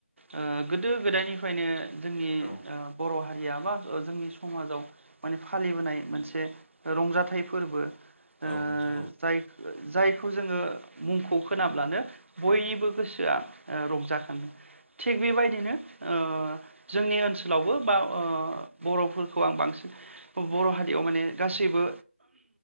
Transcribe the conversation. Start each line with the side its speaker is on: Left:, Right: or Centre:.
Right: ओ गोदो गोदायनिफ्रायनो जोंनि
Left: औ
Right: ओ बर' हारि या बा जोंनि समाजाव माने फालिबोनाय मोनसे रंजाथाइ फोरबो ओ
Left: औ नोंथां औ
Right: जाय ओ जाय खौ जोङो मुंखौ खोनाब्लानो बयनिबो गोसोआ ओ रंजाखाङो थिग बेबायदिनो ओ जोंनि ओनसोलावबो बा ओ बर'फोरखौ आं बांसिन बर' हारियाव माने गासैबो